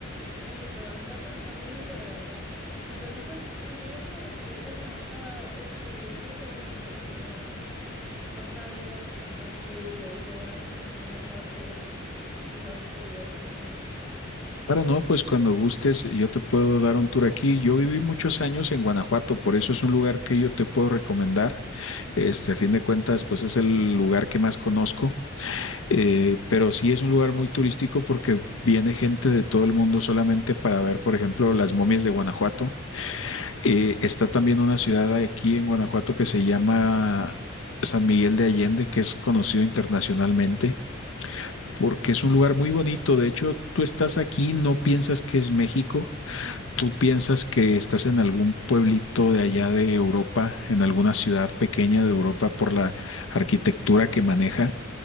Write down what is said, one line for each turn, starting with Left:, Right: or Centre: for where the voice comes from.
Centre: y fue bastante, bastante lindo, la verdad. Entonces, pues sí quería como repetir como esa experiencia, pero genuinamente no, no sabía tipo a quién acudir. Yo dije, bueno, a quién mejor que, que José que vive aquí mismo.
Left: Claro, no, pues cuando gustes yo te puedo dar un tour aquí. Yo viví muchos años en Guanajuato, por eso es un lugar que yo te puedo recomendar. Este, a fin de cuentas, pues es el lugar que más conozco. Eh, pero sí es un lugar muy turístico porque viene gente de todo el mundo solamente para ver, por ejemplo, las momias de Guanajuato. Eh, está también una ciudad aquí en Guanajuato que se llama San Miguel de Allende, que es conocido internacionalmente porque es un lugar muy bonito. De hecho, tú estás aquí, no piensas que es México. Tú piensas que estás en algún pueblito de allá de Europa, en alguna ciudad pequeña de Europa por la arquitectura que maneja